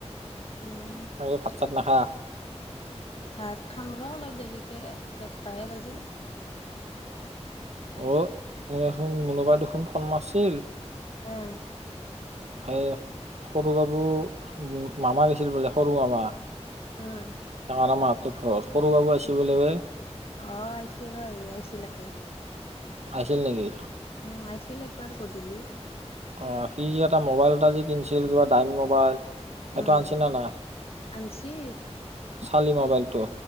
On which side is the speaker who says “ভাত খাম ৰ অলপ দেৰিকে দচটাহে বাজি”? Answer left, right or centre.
Left